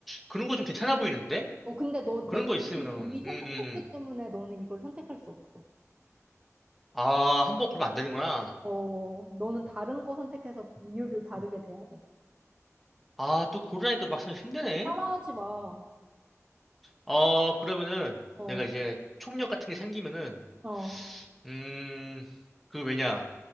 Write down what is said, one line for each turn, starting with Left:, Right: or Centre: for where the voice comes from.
Centre: 그런 거 좀 괜찮아 보이는데?
Right: 어, 근데 너,
Centre: 그런
Right: 내가
Centre: 거 있으면은,
Right: 이미 이미 선택했기
Centre: 음, 음, 음.
Right: 때문에 너는 이걸 선택할 수 없어.
Centre: 아, 한번 그러면 안 되는구나.
Right: 어, 너는 다른 거 선택해서 이유를 다르게 돼야 돼.
Centre: 아, 또 고르라니까 막상 힘드네?
Right: 따라하지 마.
Centre: 어, 그러면은
Right: 어,
Centre: 내가
Right: 어,
Centre: 이제 총력 같은 게 생기면은,
Right: 어,
Centre: 음, 그 왜냐,